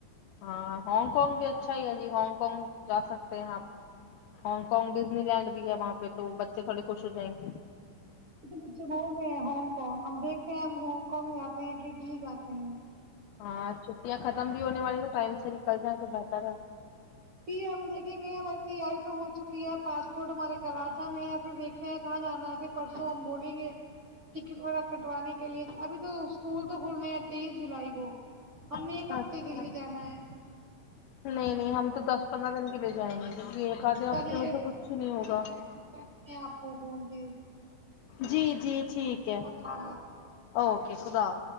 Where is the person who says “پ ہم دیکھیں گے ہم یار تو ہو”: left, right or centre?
Right